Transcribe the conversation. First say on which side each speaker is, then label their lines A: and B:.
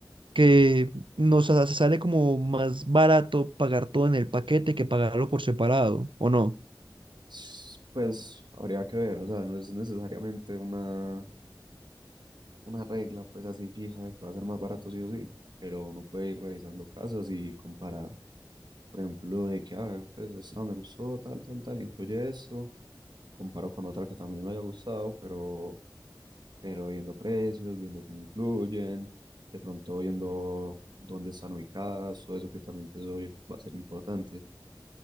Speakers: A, on the right; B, on the right.
A: que nos sa- sale como más barato pagar todo en el paquete que pagarlo por separado, ¿o no?
B: S- Pues habría que ver, o sea, no es necesariamente una, una regla pues así fija de que va a ser más barato sí o sí, pero uno puede ir revisando casas y comparar, por ejemplo, de que, ah, pues esta me gustó, tal, tal, tal, incluye esto, comparo con otra que también me haya gustado, pero pero viendo precios, viendo qué incluyen, de pronto viendo dónde están ubicadas, todo eso que también pues, hoy va a ser importante.